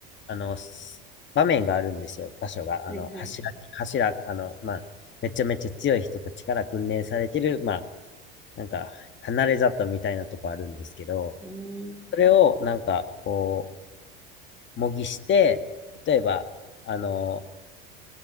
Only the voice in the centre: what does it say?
はいはい。
うーん。